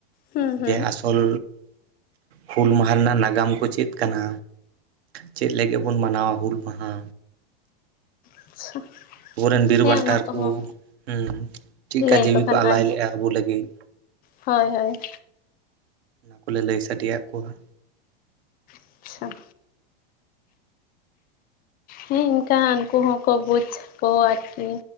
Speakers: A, on the left; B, on the right.
A: ᱦᱩᱸ ᱦᱩᱸ
B: ᱡᱮ ᱟᱥᱚᱞ ᱦᱩᱞ ᱢᱟᱦᱟᱸ ᱨᱮᱱᱟᱜ ᱱᱟᱜᱟᱢ ᱠᱚ ᱪᱮᱫ ᱠᱟᱱᱟ ᱪᱮᱫ ᱞᱟᱹᱜᱤᱫ ᱵᱚᱱ ᱢᱟᱱᱟᱣᱟ ᱦᱩᱞ ᱢᱟᱦᱟ
A: ᱟᱪᱪᱷᱟ
B: ᱟᱵᱚᱨᱮᱱ ᱵᱤᱨ
A: ᱦᱮᱸ
B: ᱵᱟᱱᱴᱟᱨ
A: ᱚᱱᱟ ᱠᱚᱦᱚᱸ
B: ᱠᱚ ᱦᱩᱸ ᱪᱮᱫ ᱠᱟ
A: ᱞᱟᱹᱭᱟᱠᱚ
B: ᱡᱤᱣᱤ
A: ᱠᱷᱟᱱ
B: ᱠᱚ ᱟᱞᱟᱭ
A: ᱟᱨ
B: ᱞᱮᱫᱼᱟ ᱟᱵᱚ ᱞᱟᱹᱜᱤᱫ
A: ᱦᱳᱭ ᱦᱳᱭ
B: ᱚᱱᱟ ᱠᱚᱞᱮ ᱞᱟᱹᱭ ᱥᱟᱰᱮᱭᱟᱜ ᱠᱚᱣᱟ
A: ᱟᱪᱪᱷᱟ ᱦᱮᱸ ᱤᱱᱠᱟᱱ ᱩᱱᱠᱩ ᱦᱚᱸᱠᱚ ᱵᱩᱡᱽ ᱟᱠᱚ ᱟᱨᱠᱤ